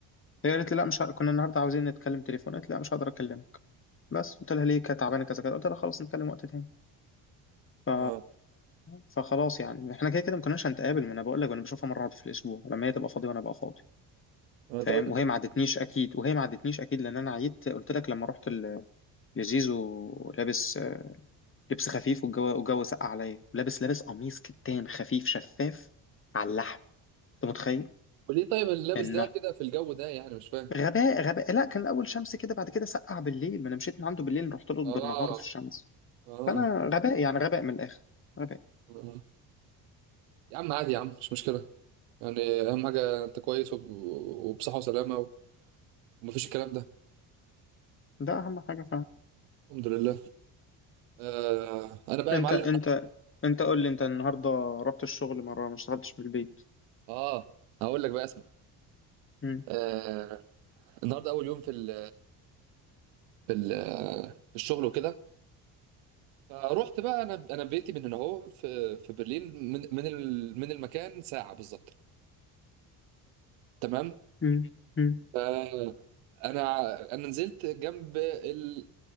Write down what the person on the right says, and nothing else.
اه
اه
طب انت
وليه طيب اللابس
ده كده في الجو ده يعني مش فاهم
اه
اه
اه. يا عم عادي يا عم مش مشكله يعني اهم حاجه انت كويس وب- وبصحه وسلامه ومفيش الكلام ده
الحمد لله آه انا بقى
يا معلم
اه هقول لك بقى اسمع
آه النهارده اول يوم في ال في ال في الشغل وكده فروحت بقى انا انا بيتي من هنا اهو في في برلين من من ال- من المكان ساعه بالظبط تمام
ف- انا انا نزلت جنب ال